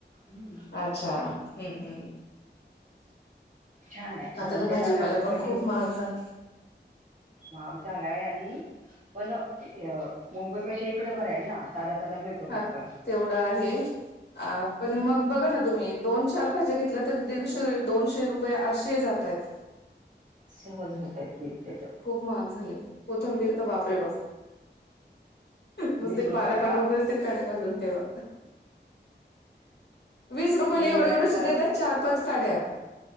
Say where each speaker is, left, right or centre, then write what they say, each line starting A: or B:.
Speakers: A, on the right; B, on the left.
A: ह..
B: अच्छा हम्म हम्
A: छान आहे
B: आता
A: उद्या
B: तर भाजीपाला
A: जाणार तर
B: पण खूप महाग झाला.
A: भाग झालाय आणि.. पण मुंबईपेक्षा इकडे बरं आहे ना ताजा ताजा
B: हा
A: पटकन
B: तेवढा आहे. पण
A: हम्म
B: मग बघा ना तुम्ही.. दोन चार भाज्या घेतल्या तरी दीडशे दोनशे रुपये असे. जात आहेत
A: सहज होतय बिल त्याच
B: खूप महाग झाले. कोथंबीर तर बापरे बाप! नुसते
A: वीस रुपयाला
B: पानं पाणं उभे अस.. कडे घालून ठेवा वीस रुपयाला
A: मग
B: एवढं
A: उन्हाळ्यात
B: एवढं
A: वाळवण
B: श देत.. चार पाच काड्या